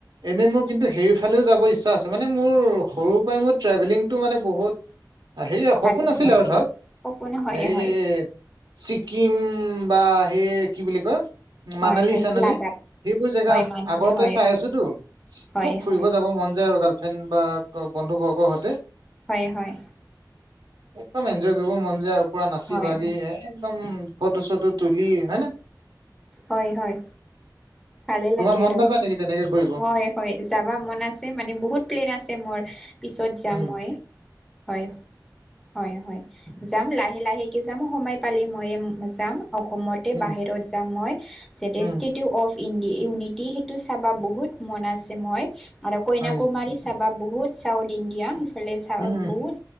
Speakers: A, on the right; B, in the centre.
A: এনেই মোৰ কিন্তু সেইফালেও যাব ইচ্ছা আছে, মানে মোৰ সৰুৰ পৰাই মোৰ ট্ৰেভেলিংটো মানে বহুত হেই আৰু
B: ভাল
A: সপোন আছিলে
B: হয়
A: আৰু ধৰক
B: হয় সপোন হয়
A: এই
B: হয়
A: ছিকিম বা সেই কি বুলি কয়।
B: হয়
A: মানালী-চানালী
B: হয় লাডাখ
A: সেইবোৰ জেগা
B: হয় মানুহ
A: আগৰ
B: হয়
A: পৰাই চাই
B: হয়
A: আছোঁতো।
B: হয়
A: খুব ফুৰিব
B: হয়
A: যাব মন যায় আৰু গাৰ্লফ্ৰেণ্ড বা বন্ধু বৰ্গৰ সৈতে।
B: হয় হয়
A: একদম এনজয় কৰিব মন যে আৰু পুৰা নাচি
B: হয়
A: ভাগি একদম ফটো-চটো তুুলি হয় নে?
B: হয়, হয় ভালে
A: তোমাৰ
B: লাগে
A: মন
B: আৰু
A: নাযায় নেকি তেনেকে কৰিব?
B: হয়। হয় যাব মন আছে মানে বহুত প্লেন আছে মোৰ। পিছত যাম
A: উম,
B: মই হয়। হয়, হয় যাম লাহে, লাহেকে যাম সময় পালে মইওঁ যাম অসমৰ তাতে
A: উম,
B: বাহিৰত যাম মই জেটষ্টেটু
A: উম,
B: অফ ইড-ইউনিটি সেইটো চাব বহুত মন আছে মই আৰু কইনাকুমাৰী
A: হয় নি?
B: চাবা বহুত চাউথ ইণ্ডিয়া ইফালে চাব
A: উম, উম,
B: বহুত